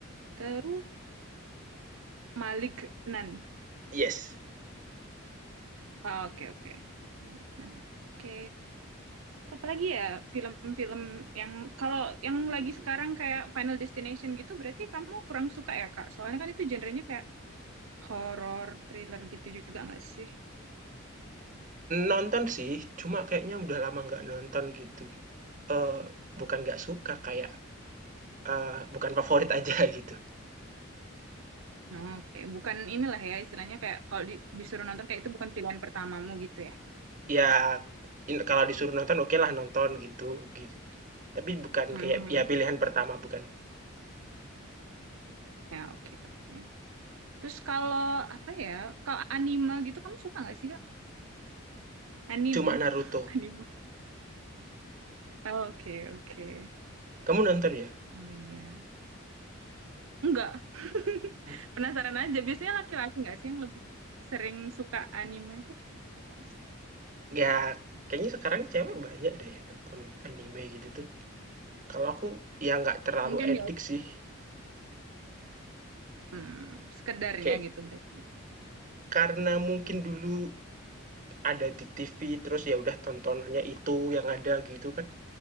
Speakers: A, on the right (about 75°); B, on the right (about 35°).
A: Terus Malik Nan.
B: Yes.
A: Ah, Oke, oke. Malik Nan. Oke. Apa lagi ya film-film yang kalau yang lagi sekarang kayak Final Destination gitu berarti kamu kurang suka ya, Kak? Soalnya kan itu genrenya kayak horor, thriller gitu juga nggak sih?
B: Nonton sih, cuma kayaknya udah lama nggak nonton gitu. Eee, bukan nggak suka, kayak, eee, bukan favorit aja <laughs> gitu.
A: Oke, bukan inilah ya istilahnya kayak kalau di- disuruh nonton kayak itu bukan pilihan pertamamu gitu ya.
B: Ya, in kalau disuruh nonton okelah nonton gitu gitu, tapi bukan
A: Hmm.
B: kayak ya pilihan pertama bukan,
A: Ya, oke, oke. Terus kalau apa ya? Kalau anime gitu kamu suka nggak sih, Kak? Anim.
B: cuma Naruto.
A: <laughs> Anime. Oh, Oke, oke.
B: Kamu nonton ya?
A: Oh iya. Enggak. <laughs>
B: Hmm,
A: Penasaran aja. Biasanya laki-laki nggak sih yang lebih sering suka anime itu? Nggak tahu sih.
B: ya kayaknya sekarang cewek banyak deh nonton anime gitu tuh. Kalau aku ya nggak terlalu
A: Mungkin
B: edik
A: ya
B: sih,
A: hmm, sekedarnya
B: kayak
A: gitu berarti. ya.
B: karena mungkin dulu Ada di TV, terus ya udah tontonannya itu yang ada gitu kan,